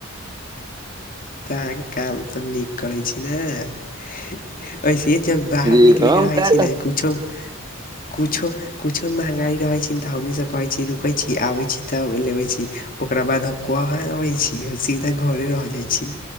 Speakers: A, on the left; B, on the right.
A: तऽ अहाँ ई काम तऽ नीक करैत छी नहि ओनाइथो जब बाहर
B: जी
A: निकलै
B: हम
A: के रहै
B: क
A: छी न किछु किछु किछु महंगाइ रहै छै तऽ हमहीँ सभ कहै छी रुकै छी आबै छी तऽ लेबै छी ओकरा बाद हम कहाँ अबैत छी सीधा घरे रहि जाइत छी